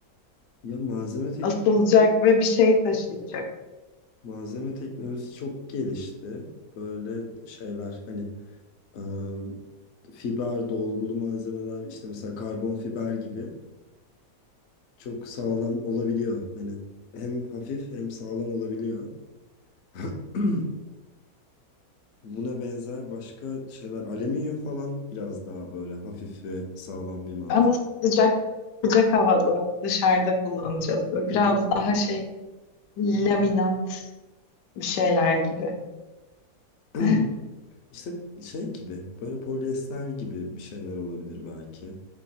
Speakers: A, on the left; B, on the left.
A: Ya malzeme teknolojisi,
B: Asılacak ve bir şey taşıyacak.
A: malzeme teknolojisi çok gelişti. Böyle şeyler hani eee, fiber dolgulu malzemeler işte mesela karbon fiber gibi. çok sağlam olabiliyor. Hani hem hafif hem sağlam olabiliyor. <clears throat> Buna benzer başka şeyler. Alüminyum falan biraz daha böyle hafif ve sağlam bir malzeme.
B: Ama sıcak sıcak havada dışarıda kullanacağız. Böyle
A: Bir
B: biraz
A: de
B: daha şey laminant bir şeyler gibi.
A: <clears throat>
B: <laughs>
A: işte şey gibi böyle polyester gibi bir şeyler olabilir belki.